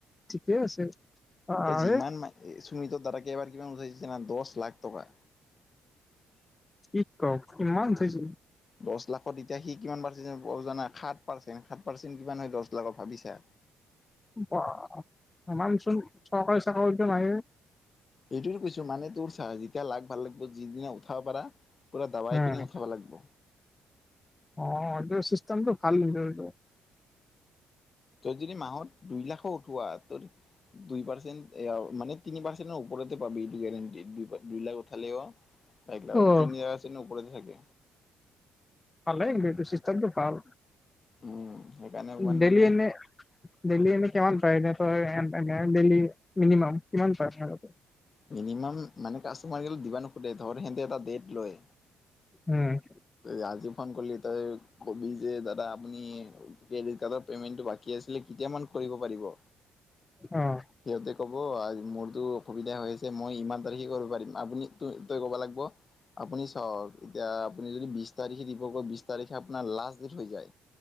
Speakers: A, on the left; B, on the left.
A: ঠিকে আছে আৰে
B: ত যিমান মাই- এই সুমিতৰ দ্বাৰা কেবাৰ কিমান উঠাইছে যানা দশ লাখ টকা।
A: কি কওক, কিমান ধুইছিল।
B: দচ লাখত এতিয়া সি কিমান পাৰচে জানা বজানা সাত পাৰ্চেণ্ট সাত পাৰ্চেণ্ট কিমান হয় দচ লাখ ভাবিছা।
A: বা ইমানচোন চৰকাৰী চাকৰিটো নায়ে।
B: এইটোৱে কৈছো মানে তোৰ চাহ যেতিয়া লাগ ভাল লাগিব যিদিনা উঠাব পাৰা- পুৰা দাবাই
A: আঁ
B: কিনি উঠাব লাগিব
A: অঁ এটো চিষ্টমটো ভাল লাগিব।
B: তই যদি মাহত দুই লাখো উঠোৱা তৰ- দুই পাৰ্চেট এ আও মানে তিনি পাৰ্চেণৰ ওপৰতে পাবি এইটো গেৰাণ্টিত দু দুই লাখ উঠালেও। একিলাও
A: অ',
B: তিনি আ তিন ওপৰতে থাকে।
A: পালেং এইটো চিষ্টেম টো ভাল
B: উম সেইকাৰণে অকমান
A: ডেইলি
B: মানে
A: এনে- ডেইলি এনে কিমান পায় এনে ধৰ ডেইলি মিনিমাম কিমান পায় আপোনালোকে।
B: মিনিমাম মানে কাষ্টমাৰ দিব নোখোধে ধৰ হেঁতে এটা ডেট লয়।
A: উম'।
B: ৰাজু ফন কৰিলি তই কবি যে দাদা আপুনি কালব- পেমেণ্টো বাকি আছিলে কিতিয়া মান কৰিব পাৰিব?
A: অঁ'
B: সিহঁতে ক'ব আই মোৰতো অসুবিধা হৈ আছে মই ইমান তাৰিখে কৰিব পাৰিম আপুনি ত তই ক'ব লাগিব- আপুনি চাওক ইতিয়া- আপুনি যদি বিছ তাৰিখে দিব ক বিছ তাৰিখে আপোনাৰ লাষ্ট ডেট হৈ যায়।